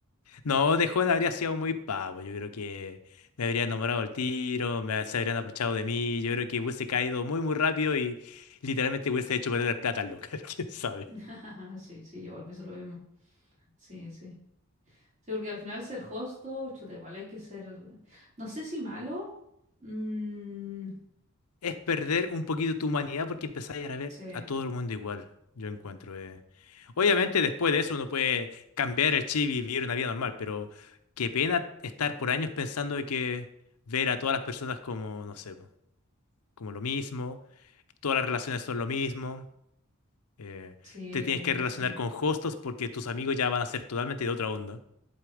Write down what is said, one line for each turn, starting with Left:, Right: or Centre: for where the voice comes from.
Left: No, de joven habría sido muy pavo. Yo creo que me habría enamorado el tiro, me, se habrían aprovechado de mí. Yo creo que hubiese caído muy, muy rápido y literalmente hubiese hecho perder plata al local. <laughs> ¿Quién sabe?
Right: <laughs> Sí, sí, yo igual pienso lo mismo. Sí, sí. Sí, porque al final ser hosto, chuta, igual hay que ser, no sé si malo. Mm,
Left: es perder un poquito tu humanidad porque empezás a ver
Right: sí,
Left: a todo el mundo igual, yo encuentro. eh. Obviamente después de eso uno puede cambiar el chip y vivir una vida normal, pero qué pena estar por años pensando de que ver a todas las personas como, no sé, po, como lo mismo, todas las relaciones son lo mismo, eh,
Right: sí,
Left: te tienes que relacionar
Right: sí.
Left: con hostos porque tus amigos ya van a ser totalmente de otra onda.